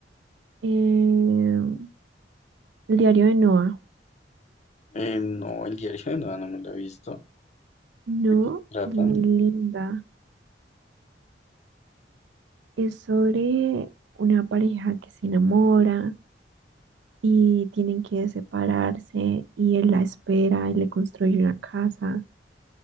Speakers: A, on the right; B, on the left.
A: em, El diario de Noah.
B: Eh, no, el diario de Noa no me lo he visto.
A: No,
B: ¿De qué trata?
A: es muy linda. Es sobre una pareja que se enamora y tienen que separarse y él la espera, él le construye una casa